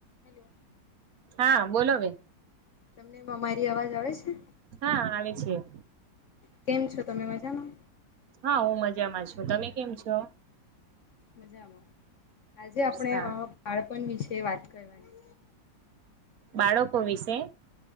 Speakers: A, on the left (about 65°); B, on the right (about 60°).
A: Hello
B: હા બોલો બેન.
A: તમનેમાં અમારી અવાજ આવે છે.
B: હા આવે છે
A: કેમ છો તમે મજામાં
B: હા હું મજામાં છો તમે કેમ છો?
A: મજામાં આજે આપણે
B: સારું
A: અ બાળપણ વિશે? તે વાત કરવાની
B: બાળકો વિશે